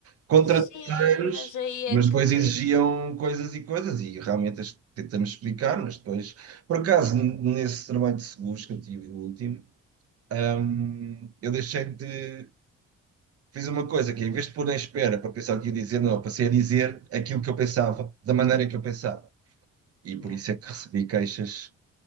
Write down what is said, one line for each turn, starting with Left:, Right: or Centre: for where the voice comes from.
Right: contra
Left: sim,
Right: terceiros,
Left: mas aí
Right: mas
Left: é que
Right: depois
Left: vê.
Right: exigiam coisas e coisas, e realmente as tentamos explicar, mas depois, por acaso, n- nesse trabalho de seguros que eu tive o último, hum, eu deixei de. Fiz uma coisa que, em vez de pôr na espera para pensar o que ia dizer, não, eu passei a dizer aquilo que eu pensava, da maneira que eu pensava. E por
Left: Yeah.
Right: isso é que recebi queixas